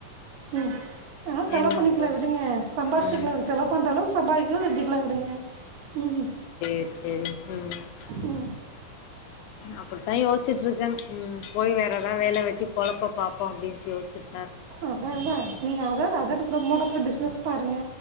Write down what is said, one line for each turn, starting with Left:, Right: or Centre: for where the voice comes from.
Right: ம் ஆ செலவு
Left: என்ன
Right: பண்ணிக்கலா
Left: பண்றது
Right: விடுங்க சம்பாரிச்சுக்கல
Left: ம்
Right: செலவு பண்ற அளவு சம்பதிக்கவு செஞ்சுக்கலா விடுங்க ம் ம்
Left: <unintelligible>
Right: ம்
Left: அப்படித்தா யோசிட்டுருக்கே போய் வேற வேலையெல்லா வெட்டி பொழப்ப பாப்போம் அப்டின்னுட்டு யோச்சின்னு
Right: அதா அதா நீங்க அதர் அதர்னு ப்ரோ மோட் ஆப் பிசினஸ் பாருங்க